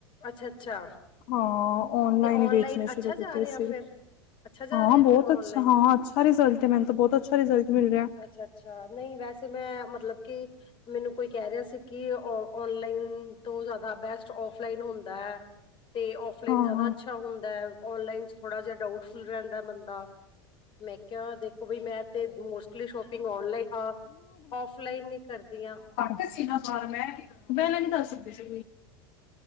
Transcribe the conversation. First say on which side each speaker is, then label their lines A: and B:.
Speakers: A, on the left; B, on the left.
A: ਅੱਛਾ- ਅੱਛਾ
B: ਹਾਂ ਔਨਲਾਈਨ
A: ਤੇ
B: ਈ ਵੇਚਣੇ
A: ਅੱਛਾ
B: ਸ਼ੁਰੂ
A: ਜਾ
B: ਕੀਤੇ
A: ਰਿਹਾ
B: ਸੀ।
A: ਫਿਰ ਅੱਛਾ ਜਾ
B: ਹਾਂ
A: ਰਿਹਾ
B: ਬੋਤ
A: ਫਿਰ ਔਨਲਾਈਨ
B: ਅੱਛ ਹਾਂ, ਅੱਛਾ ਰਿਜ਼ਲਟ ਆ, ਮੈਨੂੰ ਤਾ ਬੋਤ ਅੱਛਾ ਰਿਜ਼ਲਟ ਮਿਲ ਗੇਆ।
A: ਅੱਛਾ -ਅੱਛਾ ਨਈ ਵੈਸੇ ਮੈਂ ਮਤਲਬ ਕਿ ਮੈਨੂੰ ਕੋਈ ਕੈ ਰੇਹਾ ਸੀ ਕਿ ਔਨਲਾਈਨ ਤੋਂ ਜ਼ਾਦਾ ਬੈਸਟ ਔਫਲਾਈਨ ਹੁੰਦਾ, ਤੇ ਔਫਲਾਈਨ
B: ਹਾਂ
A: ਜਾ ਅੱਛਾ
B: ਹਾਂ
A: ਹੁੰਦਾ ਏ, ਔਨਲਾਈਨ ਚ ਥੋੜਾ ਜੇਆ ਡਾਊਟਫੁਲ ਰੈਂਦਾ ਬੰਦਾ ਮੈਂ ਕੇਆ ਦੇਖੋ ਬਈ ਮੈਂ ਤੇ ਮੋਸਟਲੀ ਸ਼ੋਪਿੰਗ ਔਨਲਾਈਨ ਆ। ਔਫਲਾਈਨ ਈ ਕਰਦੀਆਂ।
B: ਤੇ ਸੀਨਾ ਭਾਰ ਮੈਂ ਪੇਲਾ ਨੀ ਦੱਸ ਸਕਦੇ ਸੀ